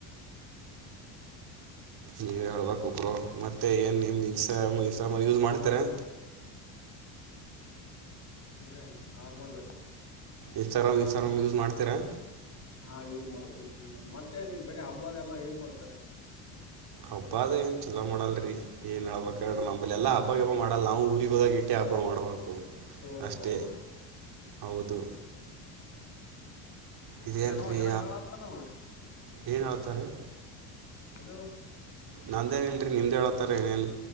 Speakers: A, on the right (about 55°); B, on the left (about 35°).
A: ನೀವೇ ಹೇಳ್ಬೇಕ್ ಬ್ರೋ ಮತ್ತೆ ಏನ್ ನಿಮ್ ಇನ್ಸ್ಟ ಇಟ ಯೂಸ್ ಮಾಡ್ತಾರೆ ಷೂ
B: ಸುಮ್ಮನೆ ನಾರ್ಮಲ್
A: ಇನ್ಸ್ಟಾಗ್ರಾಮ್ ಇನ್ಸ್ಟಾಗ್ರಾಮ್ ಯೂಸ್ ಮಾಡ್ತೀರಾ
B: ಹಾ ಯೂಸ್ ಮಾಡ್ತೇವಿ ಸ ಮತ್ತೆ ನಿಮ್ ಕಡೆ ಹಬ್ಬವದ ಎಲ್ಲ ಹೇಗ್ ಮಾಡ್ತಾರೆ
A: ಹಬ್ಬ ಅದ ಏನ್ ಚಲೋ ಮಾಡಲ್ರಿ ಏನ್ ಹೇಳ್ಬ ಹೇಳಡ್ರ ನಂಬಳ ಎಲ್ಲಾ ಹಬ್ಬ ಹಬ್ಬಕ್ಕೆ ಹಬ್ಬ ಮಾಡಲ್ಲ ನಾವು ಊರಿಗೆ ಹೋದಾಗ ಇಟ್ಟೇ ಹಬ್ಬ ಮಾಡಬೇಕು
B: ಓ
A: ಅಷ್ಟೇ
B: ಹೌದಾ
A: ಹೌದು ಇದೇನು
B: ಏನೋ
A: ರೀ
B: ಏನೋ ಹೇಳತ್ತಲ್ಲವು
A: ಏನು ಹೇಳ್ತಾರೆ
B: ಹಲೋ
A: ನಂದೇನ ಇಲ್ರರಿ ನಿಮ್ದ ಹ ಹೇಳತಾರ ಏನೇನ್